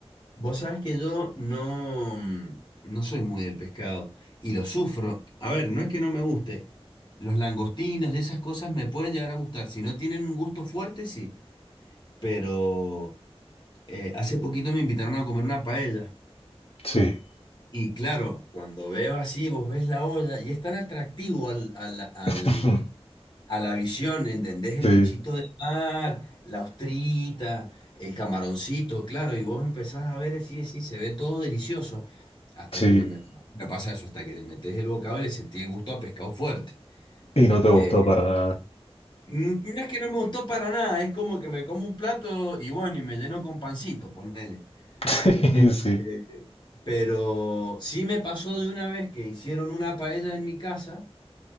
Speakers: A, on the left (about 45°); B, on the left (about 65°).
A: Vos sabés que yo no, mm, no soy muy del pescado y lo sufro. A ver, no es que no me guste. Los langostinos y esas cosas me pueden llegar a gustar. Si no tienen un gusto fuerte, sí. Pero eh, hace poquito me invitaron a comer una paella.
B: Sí,
A: Y claro, cuando veo así, vos ves la olla y es tan atractivo al, al- al-
B: <laughs>
A: a la visión, ¿entendés? El
B: sí,
A: bichito de mar, la ostrita, el camaroncito, claro, y vos empezás a ver así, así, se ve todo delicioso. Hasta
B: sí.
A: que le me, me pasa eso, hasta que le metés el bocado y le sentí el gusto a pescado fuerte.
B: Y no te gustó
A: Eh,
B: para nada.
A: mm, no es que no me gustó para nada, es como que me como un plato y bueno, y me lleno con pancito, ponele.
B: <laughs> Sí,
A: Eh,
B: sí.
A: eh, Pero sí me pasó de una vez que hicieron una paella en mi casa,